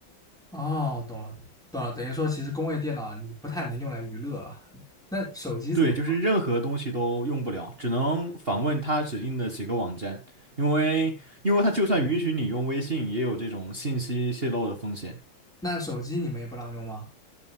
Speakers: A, in the centre; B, on the right.
A: 哦，懂了懂了，等于说其实工位电脑你不太能用来娱乐啊。那手机怎么？
B: 对，就是任何东西都用不了，只能访问它指定的几个网站，因为因为它就算允许你用微信，也有这种信息泄露的风险。
A: 那手机你们也不让用吗？